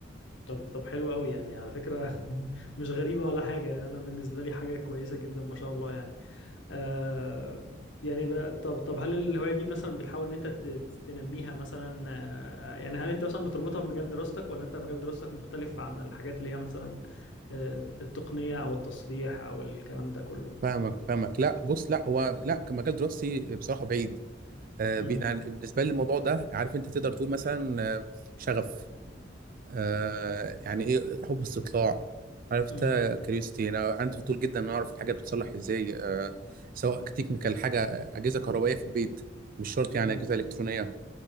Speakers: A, on the left; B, on the right.
A: طب طب حلو قوي يعني على فكرة <laughs> مش غريبة ولا حاجة يعني انا بالنسبة لي حاجة كويسة جدا ما شاء الله يعني آه يعني بقى طب طب هل الهواية دي مثلا بتحاول ان انت ت- ت- تنميها مثلا آه يعني هل انت مثلا بتربطها بمجال دراستك ولا انت مجال دراستك مختلف عن الحاجات اللي هي مثلا آه التقنية او التصليح او الكلام ده كله
B: فاهمك فاهمك لا بص لا هو لا كمجال دراستي بصراحه بعيد آه،
A: امم
B: بي- يعني بالنسبه لي الموضوع ده عارف انت تقدر تقول مثلا آه، شغف آه يعني ايه حب استطلاع عرفت
A: امم
B: كريوستي انا عندي فضول جدا ان اعرف الحاجه بتتصلح ازاي آه سواء تكنيكال حاجه اجهزه كهربائيه في البيت مش شرط
A: امم
B: يعني اجهزه الكترونيه